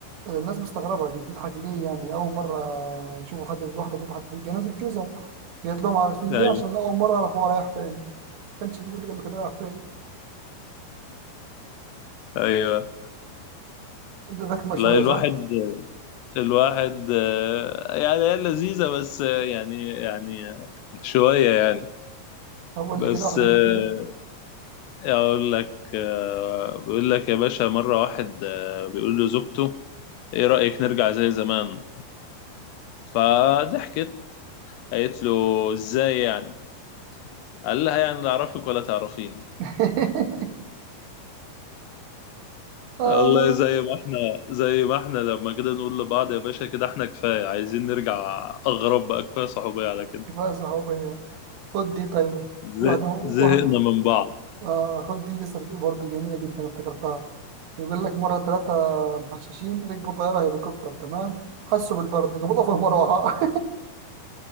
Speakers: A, on the right; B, on the left.
A: الناس مستغربة دي بتضحك ليه يعني أول مرة يشوفوا حد واحدة بتضحك في جنازة جوزها قالت لهم عارفين
B: أيوه
A: ليه عشان أول مرة عرفوا هو رايح فين ما كانش بيقول لي كان رايح فين
B: أيوه
A: رخمة
B: لا
A: شوية
B: الواحد
A: صح؟
B: الواحد آه، يعني هي لذيذة بس آه، يعني يعني شوية يعني
A: طب قول
B: بس
A: لي كده واحدة
B: آه،
A: أنت كده
B: إيه اقول لك آه، بيقول لك يا باشا مرة واحد آه، بيقول له زوجته ايه رأيك نرجع زي زمان فضحكت قالت له ازاي يعني قال لها يعني لا اعرفك ولا تعرفين
A: <laughs> آه
B: والله زي ما احنا زي ما احنا لما كده نقول لبعض يا باشا كده احنا كفاية عايزين نرجع اغرب بقى كفاية صحوبية على كده
A: كفاية صحوبية خد دي طيب واحدة
B: زه-
A: واحد
B: زهقنا من بعض
A: آه خد دي لسه برضه جميلة جدا افتكرتها يقول لك مرة ثلاثة محششين ركبوا طيارة هليكوبتر تمام حسوا بالبرد قاموا طفوا المروحة